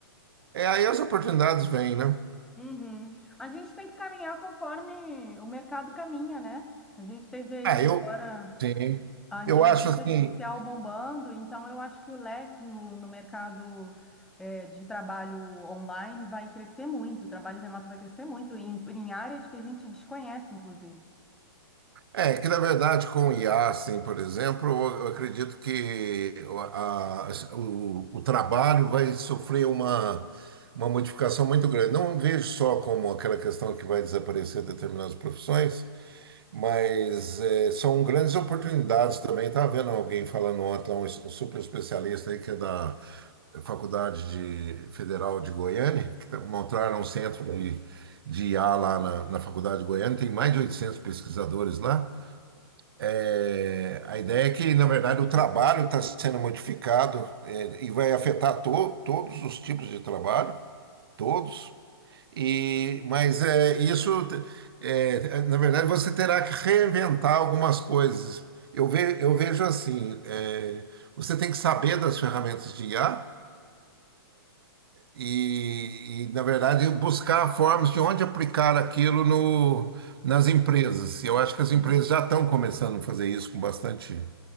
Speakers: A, on the right; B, in the centre.
A: é aí as oportunidades vêm, né?
B: Uhum. A gente tem que caminhar conforme o mercado caminha, né? A gente teve aí
A: Ah, eu
B: agora
A: sim.
B: a inteligência
A: Eu acho assim,
B: artificial bombando, então eu acho que o leque no, no mercado eh, de trabalho online vai crescer muito, o trabalho remoto vai crescer muito, em, em áreas que a gente desconhece, inclusive.
A: É, que na verdade com o IA, assim, por exemplo, eu eu acredito que o, a- o- o trabalho vai sofrer uma, uma modificação muito grande. Não vejo só como aquela questão que vai desaparecer determinadas profissões, mas é, são grandes oportunidades também. Estava vendo alguém falando ontem, lá, um es- um super especialista aí que é da Faculdade de- Federal de Goiânia, que tá- montaram um centro de, de IA lá na, na Faculdade de Goiânia, tem mais de 800 pesquisadores lá, é, a ideia é que, na verdade, o trabalho está sendo modificado, é, e vai afetar to- todos os tipos de trabalho, todos. E, mas é, isso, é, na verdade, você terá que reinventar algumas coisas. Eu, ve- eu vejo assim, é, você tem que saber das ferramentas de IA e, e, na verdade, buscar formas de onde aplicar aquilo no, nas empresas. Eu acho que as
B: Sim.
A: empresas já estão começando a fazer isso com bastante